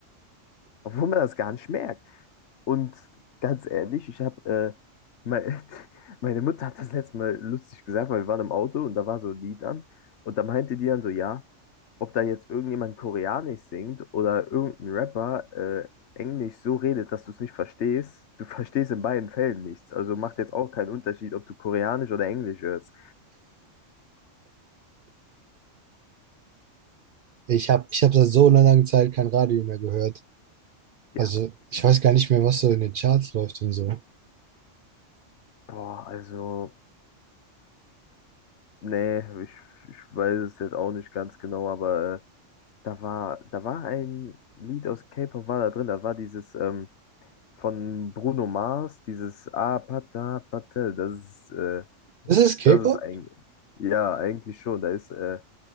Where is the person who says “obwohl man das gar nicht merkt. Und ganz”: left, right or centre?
Left